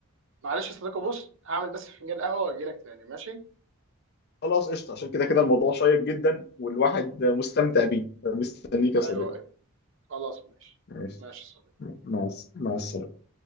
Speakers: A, on the right; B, on the left.
A: معلش يا صديقي بص هعمل بس فنجان قهوه واجي لك تاني ماشي
B: خلاص قشطة عشان كده كده الموضوع شيق جدا والواحد مستمتع بيه مستنيك يا صديقي
A: ايوه ايوه خلاص ماشي
B: ماشي
A: ماشي يا صديقي
B: مع الس- مع السلامة